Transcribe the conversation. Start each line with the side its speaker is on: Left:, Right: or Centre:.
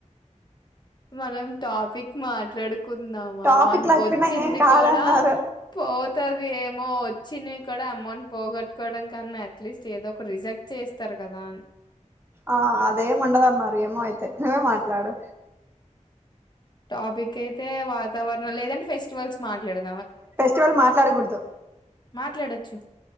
Left: మనం టాపిక్ మాట్లాడుకుందామా
Right: టాపిక్
Left: మనకు
Right: లేకపోయినా
Left: వచ్చింది
Right: ఏం కాదన్నారు
Left: కూడా పోతది ఏమో వచ్చింది కూడా అమౌంట్ పోగొట్టుకోవడం కన్నా అట్లీస్ట్ ఏదో ఒక రిజెక్ట్ చేస్తారు కదా అని
Right: ఆ అదేమి ఉండదు అన్నారు ఏమో అయితే నువ్వే మాట్లాడు
Left: టాపిక్ అయితే వాతావరణం లేదంటే ఫెస్టివల్స్ మాట్లాడదం
Right: ఫెస్టివల్ మాట్లాడకూడదు
Left: మాట్లాడొచ్చు